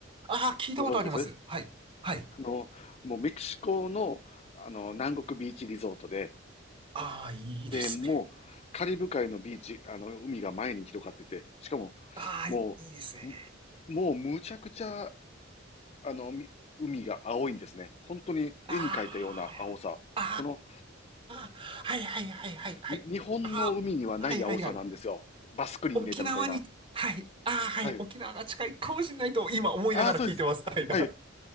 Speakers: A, on the right (about 25°); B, on the left (about 30°).
A: あ、ああ、聞いたことあります。
B: ご存知です
A: はい。はい。
B: あの、もうメキシコの、あの、南国ビーチリゾートで、
A: ああ、いいですね。
B: で、もう、カリブ海のビーチ、あの、海が前に広がってて、しかも、
A: ああ、
B: もう、
A: いいですね。
B: むもうむちゃくちゃ、あの、み海が青いんですね。本当に絵に描いたような青さ。
A: ああ、
B: この、
A: ああ、はいはいはいはいはい。
B: に日本の海にはない青さなんですよ。
A: ああ、はいはいはい。
B: バスクリーン入れたみたいな。
A: 沖縄に、はい。ああ、はい。
B: はい。
A: 沖縄が近いかもしれないと、今思いながら聞いてます。
B: ああ、そうです。
A: はい。
B: はい。